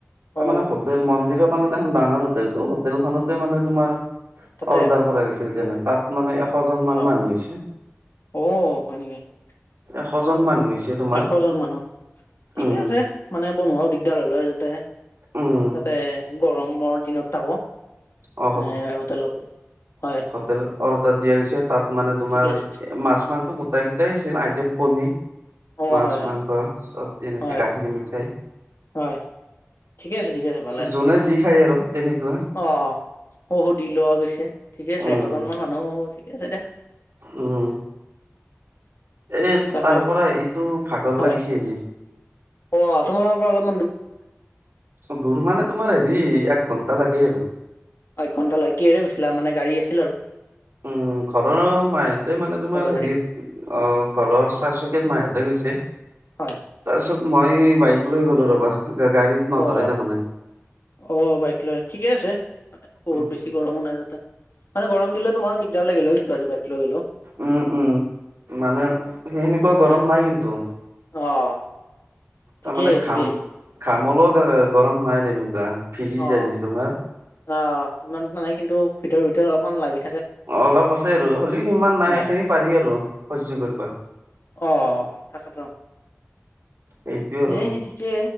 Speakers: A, on the right; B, on the left.
A: তাৰমানে
B: অ
A: স মন্দিৰৰ কোণতে এখন ডাঙৰ হোটেল আছিল। হোটেলখনতে মানে, তোমাৰ
B: তাতে
A: অৰ্ডাৰ কৰাই লৈছিল, তেনে তাত। মানে, এশ জন মান
B: অ
A: মানুহ হৈছে।
B: অ হয় নেকি
A: এশ
B: অ
A: জন মানুহ হৈছে, তোমাৰ।
B: এশ জন মানুহ ঠিকে
A: উম
B: আছে। মানে, বনোৱাও দিগদাৰ হ'ল হয় তাতে,
A: উম
B: তাতে গৰমৰ দিনত তাকো।
A: অ
B: মানে হোটেল, হয়।
A: হোটেলত অৰ্ডাৰ দিয়া হৈছে। তাত মানে তোমাৰ,
B: ঠিকে আছে
A: মাছ-মাংস গোটেইকেইটাই আছিল, আইটেম পনীৰ।
B: অ
A: মাছ-মাংস
B: হয় হয়
A: চব এনেকে,
B: হয়
A: গাখীৰ মিঠাই।
B: হয় ঠিকে আছে ঠিকে আছে ভালে
A: যোনে যি খায় আৰু তেনেকুৱা।
B: অ'! <unintelligible> দি লোৱা গৈছে, ঠিকে আছে,
A: উম
B: এশজন মান মানুহ ঠিকে আছে, দিয়া।
A: উম, এ,
B: তাকে
A: তাৰপৰা এইটো ভাগৰ
B: হয়।
A: লাগিছে, আজি।
B: অ'! তোমালোকৰ পৰা অলপ
A: দূৰ মানে, তোমাৰ সেৰি, এক ঘন্টা লাগে আৰু।
B: অ'! এক ঘণ্টা লাগে, কিহেৰে গৈছিলা? মানে গাড়ী আছিল আৰু।
A: উম, ঘৰৰ মাহতে মানে, তোমাৰ
B: ঘৰৰ
A: সেৰি
B: গাড়ী।
A: অ'! ঘৰৰ চাৰচুকেত মাহহঁতে গৈছে। তাৰ
B: হয়,
A: পিছত, মই বাইক লৈ গ'লোঁ ৰ'বা, গাড়ীত
B: অ',
A: নধৰিলে মানে।
B: অ'! বাইক লৈ, ঠিকে আছে। মানে, বহুত
A: উম
B: বেছি গৰমো নাই, তাতে। মানে, গৰম দিলে তোমাৰ দি দিগদাৰ লাগিলে অ'! কিন্তু আজি, বাইক লৈ গলোঁ।
A: উম, উম। মানে, সেই সেনেকুৱা
B: হয়,
A: গৰম নাই কিন্তু।
B: অ'! ঠিকেই
A: তাৰমানে
B: ঠিকেই,
A: ঘাম, ঘাম উলাই গৰম নাই তেনেকুৱা, ফিজি
B: অ'।
A: যায় যে তোমাৰ।
B: অ'! ইমান নাই কিন্তু, ভিতৰে-ভিতৰে অলপমান লাগে।
A: অলপ আছে আৰু হ'লেও সিমান নাই,
B: হয়,
A: সেইখিনি পাৰি আৰু সহ্য কৰিব।
B: অঁ! তাকেতো।
A: এইটোৱে আৰু
B: এই সেই ঠিকে,